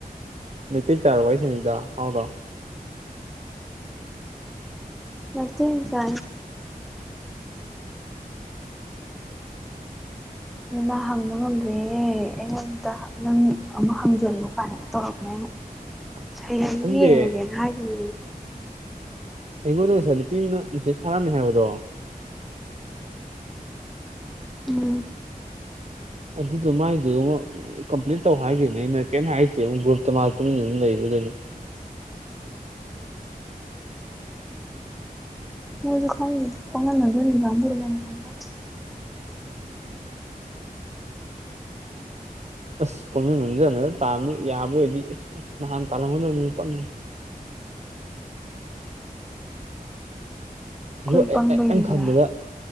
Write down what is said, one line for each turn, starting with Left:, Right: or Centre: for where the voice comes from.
Right: ꯃꯩꯇꯦꯌꯝꯆꯥꯔꯣ ꯋꯥꯔꯤ ꯁꯥꯅꯩꯗꯣ ꯍꯥꯎꯔꯣ
Centre: ꯃꯩꯇꯩ ꯃꯆꯥꯅꯤꯗ ꯑꯗꯨ ꯃꯥ ꯍꯪꯕ ꯉꯝꯗ꯭ꯔꯦꯌꯦ ꯑꯩꯉꯣꯟꯗ ꯅꯪ ꯑꯃꯨꯛ ꯍꯪꯖꯜꯂꯨ ꯀꯥꯏꯅꯒ ꯇꯧꯔꯛꯄꯅꯦ ꯑꯩꯅ
Right: <unintelligible>
Centre: ꯁꯌꯦꯡ
Right: ꯈꯪꯗꯦ
Centre: ꯌꯦꯡꯉꯒꯦꯅ ꯍꯥꯏꯈꯤꯕꯅꯦ ꯑꯩ
Right: ꯑꯩꯉꯣꯟꯗ ꯉꯁꯥꯏ ꯅꯨꯄꯤ ꯑꯃꯅ ꯃꯦꯁꯦꯁ ꯊꯥꯔꯝꯃꯦ ꯍꯥꯏꯕꯗꯣ
Centre: ꯎꯝ
Right: ꯑꯗꯨꯗꯣ ꯃꯥꯏꯗꯨ ꯑꯃ ꯀꯝꯄ꯭ꯂꯤꯠ ꯇꯧ ꯍꯥꯏꯈꯤꯕꯅꯦ ꯑꯩꯅ ꯀꯩꯝꯇ ꯍꯥꯏꯇꯦ ꯑꯃꯨꯛ ꯒ꯭ꯔꯨꯞꯇ ꯃꯥ ꯇꯨꯃꯤꯟꯅ ꯑꯗꯨꯝ ꯂꯩꯕ꯭ꯔ ꯀꯩꯅꯣ
Centre: ꯃꯣꯏꯁꯨ ꯈꯪꯗꯦꯗꯥ ꯄꯪꯅꯝ ꯅꯝꯖꯟꯕꯤ ꯀꯥꯡꯕꯨꯔ ꯀꯩꯅꯣ ꯈꯪꯄꯣꯠꯇꯦ
Right: ꯑꯁ ꯄꯪꯅꯝ ꯅꯝꯖꯟꯅꯔ ꯇꯥꯟꯕ ꯌꯥꯕ ꯑꯣꯏꯗꯤ ꯑꯁ ꯅꯍꯥꯟ ꯇꯥꯂꯝꯒꯗꯕꯅꯤ ꯄꯪꯉꯦ
Centre: ꯑꯩꯈꯣꯏ
Right: ꯑꯗꯨ ꯑꯦ
Centre: ꯄꯪꯕꯩꯅꯤꯗꯅ
Right: ꯑꯦ ꯑꯩꯅ ꯈꯟꯕꯗ